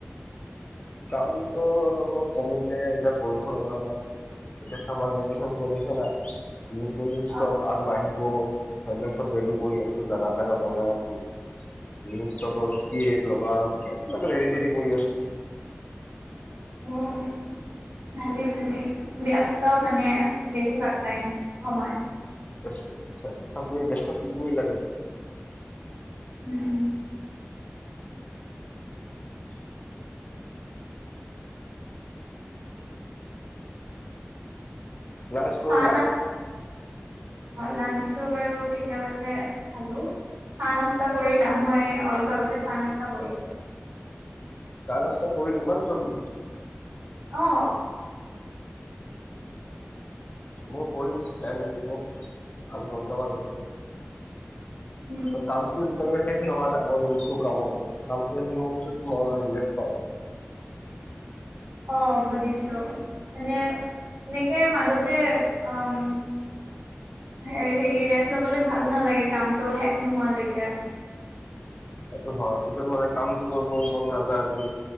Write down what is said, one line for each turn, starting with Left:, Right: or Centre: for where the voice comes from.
Left: কামটো অলপ অলপ কমিলে, এতিয়া বৰষুণ অনাও নাই। এতিয়া চামাৰ ভেকচন চলিছে না, নতুন ষ্টক
Right: অ
Left: আৰু আহি ব, সেইবিলাক চব ৰেডি কৰি আছো জাগা-চাগা বনাই আছো। নিউ ষ্টকত কি ৰেট লগাম, এইবিলাক ৰেডি-চেদি কৰি আছো।
Right: উম। ভালে ভালে ব্যস্ত মানে বেছিভাগ টাইম সময়।
Left: ব্যস্ত হয় থাকোয়ে, ব্যস্ত থাকিবই লাগে।
Right: উম।
Left: <inaudible> লাঞ্চ কৰিলা
Right: <unintelligible> অ', লাঞ্চটো বাৰু কেতিয়াবাতে খালো। চাহ নাস্তা কৰিলা? মই অলপ আগতে চাহ নাস্তা কৰিলোঁ।
Left: চাহ নাস্তা কৰিলা ইমান জল্দি?
Right: অঁ।
Left: মই কৰিম টাইম লাগিব
Right: উম।
Left: কামটো যেতিয়া লৈকে শেষ নহয় না মই নোঠো কামৰ পৰা কামটো শেষ হোৱাৰ পিছত মই ৰিলান্স পাওঁ।
Right: অঁ বুজিছোঁ মানে সেনেকে মাজতে অম। হে হেৰি ৰেষ্ট ল'বলৈ ভাল নালাগে কামটো শেষ নোহোৱালৈকে।
Left: সেইটো হয় পিছত মানে কামটো কৰিব মন নাযায় আৰু।